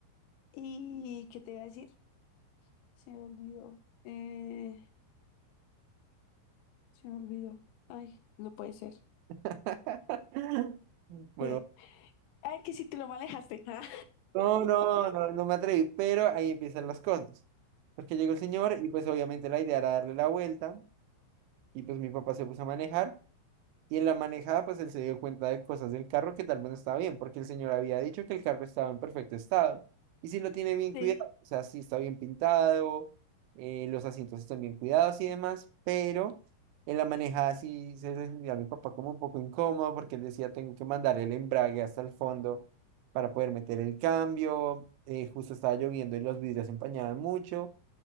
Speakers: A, on the left (about 80°); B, on the right (about 80°).
A: ¿Y qué te iba a decir? Se me olvidó. Eh, se me olvidó. Ay, no puede ser.
B: <laughs> Bueno,
A: Eh, ay, que si te lo manejaste. <laughs> Ah,
B: No, no, no, no me atreví, pero ahí empiezan las cosas. Porque llegó el señor y pues obviamente la idea era darle la vuelta y pues mi papá se puso a manejar y en la manejada, pues él se dio cuenta de cosas del carro que tal vez no estaba bien, porque el señor había dicho que el carro estaba en perfecto estado. Y si lo tiene bien
A: sí,
B: cuidado, o sea, sí está bien pintado, eh, los asientos están bien cuidados y demás, pero en la manejada sí se le sentía a mi papá como un poco incómodo, porque él decía, tengo que mandar el embrague hasta el fondo para poder meter el cambio. eh, justo estaba lloviendo y los vidrios se empañaban mucho,